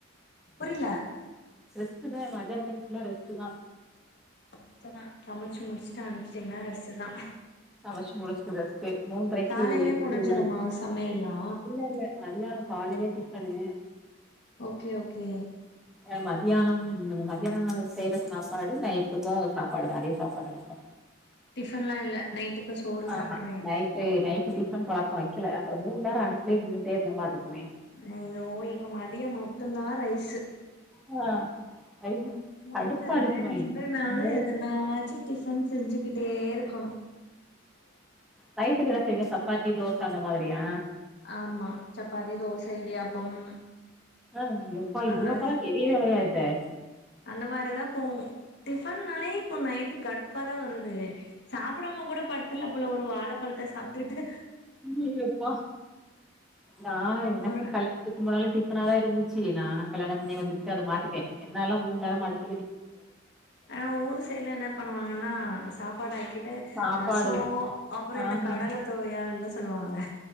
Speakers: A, on the left (about 60°); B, in the centre.
A: புரில
B: ரெஸ்ட்டு தா மதியானடைம் ஃபுல்லா ரெஸ்ட்டு தா
A: <unintelligible> தா சமைச்சு முடிச்சுட்டு அனுப்சுடீங்கன்னா ரெஸ்டுதா
B: சமச்சு முட்ச்சுட்டு ரெஸ்டு கே மூன்றைக்கு
A: காலையிலயே முடிஞ்சிருமா
B: இல்ல
A: சமையல்லா
B: இல்லல்ல நெறையா காலேலே டிஃபனு
A: ஓகே ஓகே
B: ஆ மத்தியானம் மதியானோ செய்ற சாப்பாடு நைட்டுக்கு சாப்பாடுதா அதே சாப்பாடு இருக்கு
A: டிஃபன்லா இல்ல நைட்டுக்கு சோறு
B: ஆஹா
A: சாப்ட்ருவீங்க
B: நைட்டு நைட்டு டிஃபன் பழக்க வக் க்கல அப்றோ மூண நேரோ அடுப்லே நின்னுடே இருந்த மாரி இருக்குமே
A: ஐயோ இங்க மதியோ மட்டுதா ரைஸ்
B: ஆ ஐயோ
A: மாத்த
B: கடுப்பா
A: ரேன்டு
B: இருக்குமே
A: நாளு
B: ஐயோ
A: எதனாச்சு டிஃபன் செஞ்சுக்கிட்டே இருக்கணு
B: நைட்டுக்கெல்லா செய்வீங்க சப்பாத்தி தோச அந்த மாதிரியா
A: ஆமா சப்பாத்தி தோச இடியாப்பம்
B: ஆ எப்பா இடியப்பலா
A: ஆ
B: பெரிய வேலையா ஆச்ச
A: அந்த மாரிதா போவோ டிஃபன்னாலே இப்போ நைட்டுக் கடுப் பண வரு உ சாப்பிடாம கூட படுத்திர்லா போல ஒரு வாழப் பழத்த சாப்டுட்டு
B: வெளியப் போ நா எனக்கு
A: ஒரு
B: கல்யாணத்துக்கு முன்னால டிப்பனாதா இருந்துச்சு நா கல்யாண பண்ணி வந்துட்டு அத மாத்திட்டே என்னால மூணு நேரம் அடுப்
A: ஆனா ஊர் சைடுல என்ன பண்ணுவாங்கன்னா சாப்பாடு ஆயிக் கிட்டு
B: சாப்பாடுதா
A: ரசோ அப்புறோ
B: ஆஹா
A: இந்த கடல தொவையல்லா செஞ் சொல்லுவாங்கள